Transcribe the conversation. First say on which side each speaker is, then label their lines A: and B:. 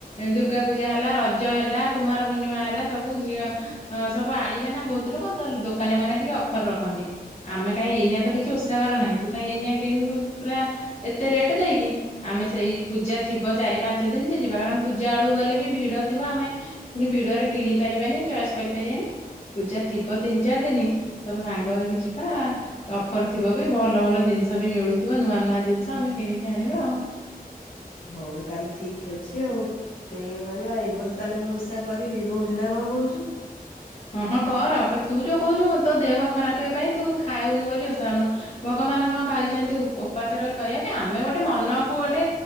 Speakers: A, on the left; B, on the left.
A: ଦୁର୍ଗା ପୂଜା ହେଲା ର ଜ ହେଲା କୁମାର ପୂର୍ଣ୍ଣିମା, ହେଲା ସବୁ ଝିଅ ଅ ସବୁ ଆଣିବେ ନା ବହୁତ ଲୋକ, ତ ଦୋକାନୀ ମାନେ ଟିକେ ଅଫର ରଖନ୍ତି। ଆମେ କାଇଁ ଏଇନା ତ କିଛି ଓସାବାର ନାହିଁ, ତୁ କାଇଁ ଏଇନା କିଣିବୁ ପୁରା ଏତେ ରେଟେ ଦେଇକି। ଆମେ ସେଇ ପୂଜା ଥିବ ଚାରି ପାଞ୍ଚ ଦିନି ଯେ ଯିବା, କାରଣ ପୂଜା ବେଳକୁ ଗଲେ ବି ଭିଡ ଥିବ, ଆମେ ପୁଣି ଭିଡରେ କିଣି ପାରିବାନି ଚଏସ୍ କରିପାରିବାନି। ପୂଜା ଥିବ ତିନି ଚାରି ଦିନି, ସବୁ ସାଙ୍ଗ ହେଇକି ଯିବା। ଅଫର ଥିବ ବି, ଭଲ ଭଲ ଜିନିଷ ବି ମିଳୁଥିବ, ନୂଆ ନୂଆ ଜିନିଷ ଆମେ କିଣିକି ଆଣିବା ଆଉ।
B: ହଉ ତାହେଲେ ଠିକ ଅଛି ଆଉ। ସେଇଆ କରିବା ଆଉ, ଏ ବର୍ଷ ତାହେଲେ ମୁଁ ଓଷା କରିବି କହୁଛୁ ନା କଣ କହୁଛୁ?
A: ହଁ ହଁ କର, କ ତୁ ଯୋଉ କହୁଛୁ ତୋ ଦେହ ଖରାପେ ପାଇଁ ତୁ ଖାଉନୁ ବୋଲି ଓଷା କରୁନୁ ଭଗବାନ କଣ କହିଛନ୍ତି ଉ ଉପାସେ ରହି କରିବା ପାଇଁ, ଆମେ ଗୋଟେ ମନକୁ ଗୋଟେ